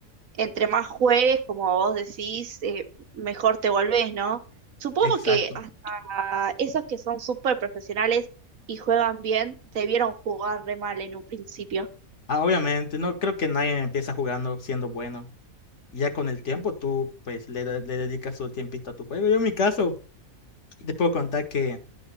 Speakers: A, on the right; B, on the left.
A: entre más juegues, como vos decís, eh, mejor te volvés, ¿no? Supongo
B: Exacto.
A: que hasta esos que son súper profesionales y juegan bien, debieron jugar re mal en un principio.
B: Ah, obviamente, no creo que nadie empieza jugando siendo bueno. Y ya con el tiempo tú pues le, de- le dedicas tu tiempito a tu juego. Yo en mi caso, te puedo contar que...